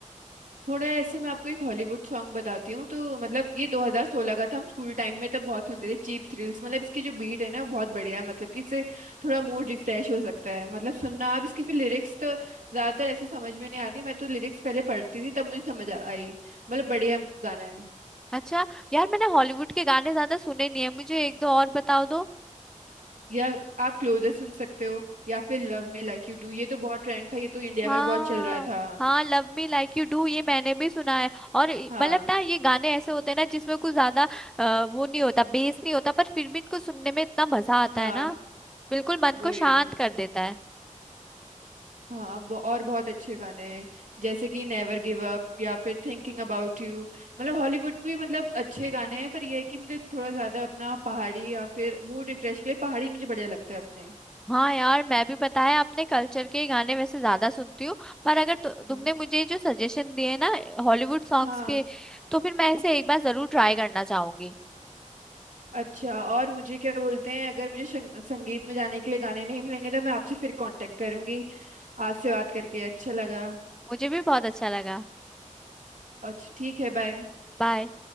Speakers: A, on the right; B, in the centre.
A: थोड़ा ऐसे मैं आपको एक हॉलीवुड सॉन्ग बताती हूँ तो मतलब ये 2016 का था हम स्कूल टाइम में तब बहुत सुनते थे चीप थ्रिल्स मतलब इसकी जो बीट है ना वो बहुत बढ़िया है मतलब कि इससे थोड़ा मूड रिफ्रेश हो सकता है मतलब सुनना आप इसके फिर लिरिक्स तो ज्यादातर ऐसे समझ में नहीं आती मैं तो लिरिक्स पहले पढ़ती थी तब मुझे समझ आ- आई मतलब बढ़िया गाना है
B: अच्छा यार मैंने हॉलीवुड के गाने ज्यादा सुने नहीं है मुझे एक दो और बताओ दो
A: या आप क्लोजर सुन सकते हो या फिर love me like you do ये तो बहुत ट्रेंड था ये तो इंडिया
B: हाँ
A: में भी बहुत चल रहा था
B: हाँ love me like you do ये मैंने भी सुना है और इ-
A: हाँ
B: मतलब ना ये गाने ऐसे होते हैं ना जिसमें कुछ ज्यादा अ, वो नहीं होता बेस नहीं होता पर फिर भी इनको सुनने में इतना मजा आता
A: हाँ
B: है ना बिल्कुल मन
A: वो
B: को
A: ही।
B: शांत कर देता है
A: हाँ ब- और बहुत अच्छे गाने हैं जैसे कि नेवर गिव अप या फिर थिंकिंग अबाउट यू मतलब हॉलीवुड भी मतलब अच्छे गाने हैं पर यह है कि मुझे थोड़ा ज्यादा अपना पहाड़ी या फिर मूड रिफ्रेश के लिए पहाड़ी मुझे बढ़िया लगता है अपने
B: हाँ यार मैं भी पता है अपने कल्चर के गाने वैसे ज्यादा सुनती हूँ पर अगर तु, तुमने
A: हाँ
B: मुझे जो सजेशन दिए ना हॉलीवुड सॉन्ग्स
A: हाँ
B: के तो फिर मैं इसे एक बार जरूर ट्राई करना चाहूंगी
A: अच्छा और मुझे क्या बोलते हैं अगर मुझे शं- संगीत में जाने के लिए गाने नहीं मिलेंगे तो मैं आपसे फिर कांटेक्ट करूंगी आपसे बात करके अच्छा लगा
B: मुझे भी बहुत अच्छा लगा
A: अच्छा ठीक है बाय
B: बाय